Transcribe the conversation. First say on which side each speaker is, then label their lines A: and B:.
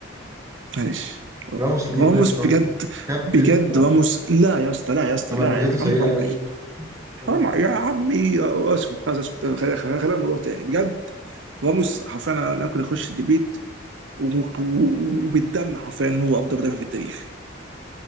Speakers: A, on the right; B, on the right.
A: معلش
B: راموس ليدر
A: راموس
B: راموس
A: بجد
B: كابتن
A: بجد
B: راموس
A: راموس لا يا اسطى لا يا اسطى
B: تمركزاته
A: لا يا عم
B: سيئه
A: حرام
B: قوي
A: عليك حرام
B: راموس بيتطرد
A: ع- يا عمي
B: كتير قوي
A: اسكت عايز اسكت خلينا خلينا الموضوع تاني بجد راموس حرفيا انا أنا ممكن اخش الديبيت و- و- وبالدم حرفيا ان هو افضل مدافع في التاريخ